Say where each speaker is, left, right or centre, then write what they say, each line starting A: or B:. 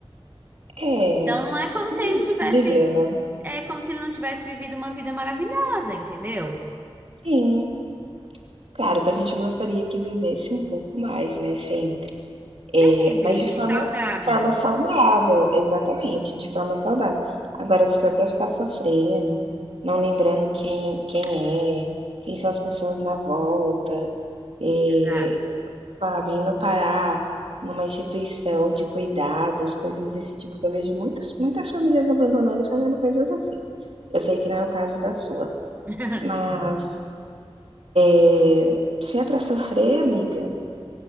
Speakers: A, on the right; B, on the right.
A: é,
B: Então não é como se
A: vi
B: ele tivesse,
A: viveu, né.
B: é como se ele não tivesse vivido uma vida maravilhosa, entendeu?
A: Sim, claro que a gente gostaria que vivesse um pouco mais, né, sempre.
B: Sempre
A: Mas de
B: e
A: forma
B: saudável,
A: forma
B: né?
A: saudável, exatamente, de forma saudável. Agora se for pra ficar sofrendo, não lembrando quem quem é, quem são as pessoas na volta, eh,
B: Exato.
A: sabe, e parar numa instituição de cuidados, coisas desse tipo, que eu vejo muitos muitas famílias abandonando e fazendo coisas assim. Eu sei que não é o caso da sua,
B: <laughs>
A: mas,
B: Sim.
A: eh, se é pra sofrer, amiga,